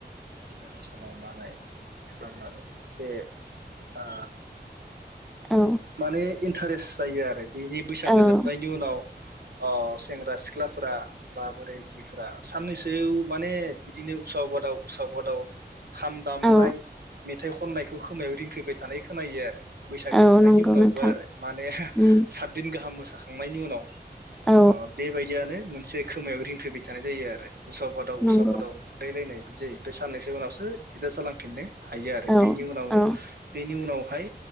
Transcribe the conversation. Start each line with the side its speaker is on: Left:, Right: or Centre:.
Right: जिखिनि मोसानाय मानाय बिदि खालामनानै एसे ओ
Centre: औ
Right: माने इन्टारेस्ट जायो आरो बिनि बैसागो
Centre: औ
Right: जोबनायनि उनाव अ सेंग्रा सिख्लाफोरा बा बोराय बुरैफ्रा साननैसो माने बिदिनो उस बादाव उस बादाव खाम दामनाय
Centre: औ
Right: मेथाइ खननायखौ खोमायाव रिंफैबाय थानाय खोनायो आरो बैसाग
Centre: औ
Right: जोबनायनि
Centre: नंगौ
Right: उनावबो
Centre: नोंथां
Right: आरो माने
Centre: उम
Right: सातदिन गाहाम मोस जाखांनायनि उनाव
Centre: औ
Right: अ बेबायदियानो मोनसे खोमायाव रिंफैबाय थानाय जायो आरो उसाव बादाव
Centre: नंगौ
Right: उसाव बादाव मोनलायलायनाय बिदि जायो ओमफाय साननैसो उनावसो एडजास जांलांफिननो हायो आरो
Centre: औ
Right: बेनि उनाव
Centre: औ
Right: बेनि उनावहाय